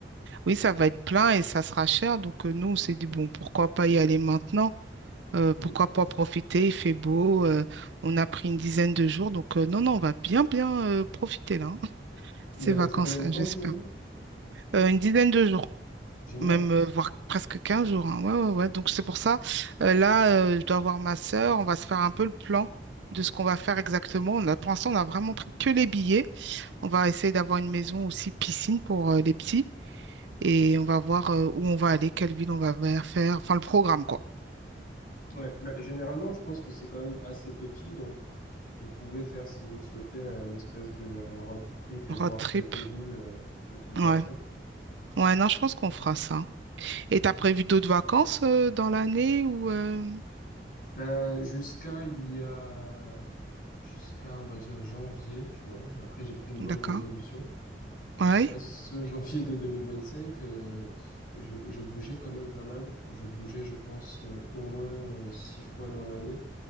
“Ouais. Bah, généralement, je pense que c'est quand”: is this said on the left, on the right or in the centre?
Left